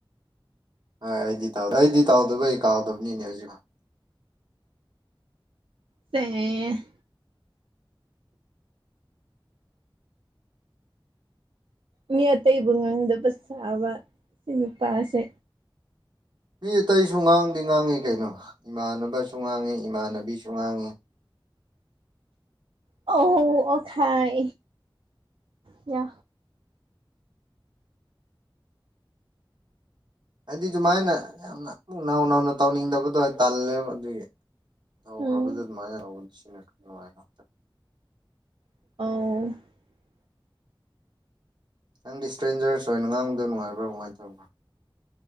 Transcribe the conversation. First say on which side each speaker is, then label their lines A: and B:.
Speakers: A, on the right; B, on the right.
A: ꯍꯣꯏ ꯑꯩꯗꯤ ꯇꯥꯎꯗꯦ ꯑꯩꯗꯤ ꯇꯥꯎꯗꯕꯩ ꯀꯥꯎꯗꯕꯅꯤꯅꯦ ꯍꯧꯖꯤꯛꯐꯧ
B: ꯁꯦ <unintelligible> ꯃꯤ ꯑꯇꯩꯕꯨ ꯉꯡꯗꯕ ꯁꯥꯕ ꯁꯤ ꯅꯨꯄꯥꯁꯦ
A: ꯃꯤ ꯑꯇꯩꯁꯨ ꯉꯥꯡꯗꯤ ꯉꯥꯡꯉꯤ ꯀꯩꯅꯣ ꯏꯃꯥꯟꯅꯕꯁꯨ ꯉꯥꯡꯉꯤ ꯏꯃꯥꯟꯅꯕꯤꯁꯨ ꯉꯥꯡꯉꯤ
B: ꯑꯣ ꯑꯣ ꯈꯥꯏ ꯌꯥ
A: ꯍꯥꯏꯗꯤ ꯑꯗꯨꯃꯥꯏꯅ ꯌꯥꯝꯅ ꯑꯃꯨꯛ ꯅꯧ ꯅꯧꯅ ꯇꯧꯅꯤꯡꯗꯕꯗꯣ ꯑꯩ ꯇꯜꯂꯦꯕ ꯑꯗꯨꯒꯤ ꯇꯧꯈ꯭ꯔꯕꯗ
B: ꯎꯝ
A: ꯑꯗꯨꯃꯥꯏꯅ ꯇꯧꯕꯗ ꯁꯤꯅ ꯅꯨꯡꯉꯥꯏꯍꯥ
B: ꯑ
A: ꯅꯪꯗꯤ ꯏꯁꯇ꯭ꯔꯦꯟꯖꯔꯁ ꯑꯣꯏꯅ ꯉꯥꯡꯕꯗꯣ ꯅꯨꯡꯉꯥꯏꯕ꯭ꯔꯥ ꯀꯃꯥꯏꯅ ꯇꯧꯕ꯭ꯔꯥ